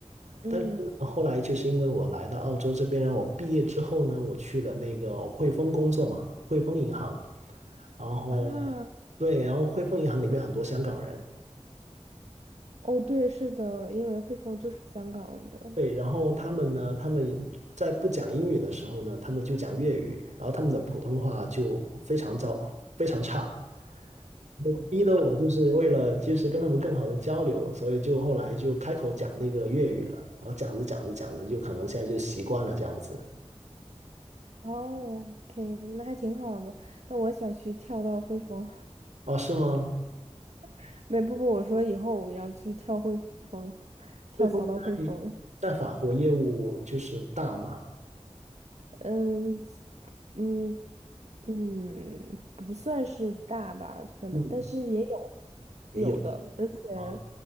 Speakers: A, on the right; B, on the right.
A: 嗯
B: 但是呢，后来就是因为我来到澳洲这边，然后我毕业之后呢，我去了那个汇丰工作嘛，汇丰银行，然后
A: 啊。
B: 对，然后汇丰银行里面很多香港人，
A: 哦，对，是的，因为汇丰就是香港的。
B: 对，然后他们呢，他们也在不讲英语的时候呢，他们就讲粤语，然后他们的普通话就非常糟，非常差，我逼得我就是为了及时跟他们更好的交流，所以就后来就开口讲那个粤语了，然后讲着讲着讲着，就可能现在就习惯了这样子。
A: 哦，OK，那还挺好的。那我想去跳到汇丰，
B: 啊？是吗？
A: <laughs> 没，不不，我说以后我要去跳汇丰，跳槽到汇丰。
B: 汇丰在在法国业务就是大嘛，
A: 嗯嗯嗯，不算是大吧，可能，
B: 嗯，
A: 但是也有
B: 也有。
A: 有的，而且
B: 啊。